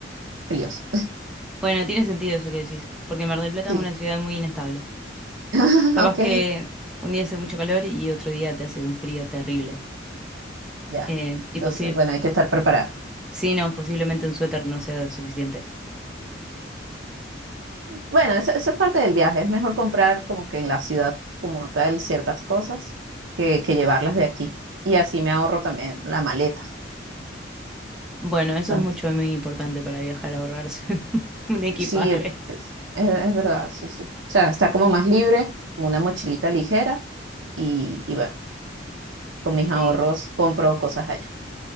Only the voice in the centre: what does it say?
Bueno, tiene sentido eso que decís, porque Mar del Plata
es una ciudad muy inestable.
Capaz
que un día hace mucho calor y otro día te hace un frío terrible.
Eh, y
posi-
sí, no, posiblemente un suéter no sea suficiente.
Bueno, eso
es mucho y muy importante para viajar, ahorrarse <laughs> un equipaje.
Sí,